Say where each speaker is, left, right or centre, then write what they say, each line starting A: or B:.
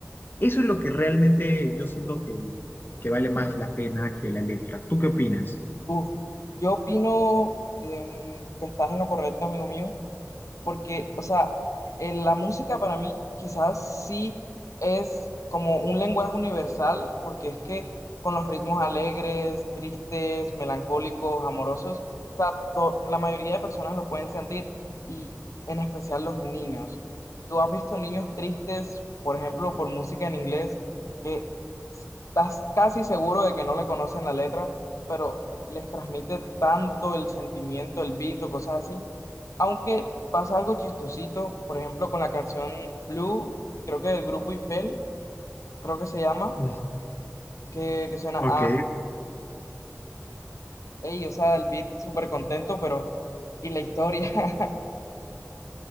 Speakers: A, on the left; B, on the left.
A: eso es lo que realmente yo siento que, que vale más la pena que la letra. ¿Tú qué opinas?
B: Uf, yo opino em, que estás en lo correcto, amigo mío porque, o sea, en la música para mí quizás sí es como un lenguaje universal, porque es que con los ritmos alegres, tristes, melancólicos, amorosos, o sea, to- la mayoría de personas lo pueden sentir, y en especial los niños. ¿Tú has visto niños tristes, por ejemplo, por música en inglés, que estás casi seguro de que no le conocen la letra, pero les transmite tanto el sentimiento, el beat o cosas así? Aunque pasa algo chistosito, por ejemplo, con la canción Blue, creo que del grupo Eiffel, creo que se llama,
A: <laughs>
B: que, que suena
A: Ok,
B: a... Ey, o sea, el beat súper contento, pero... Y la historia <laughs>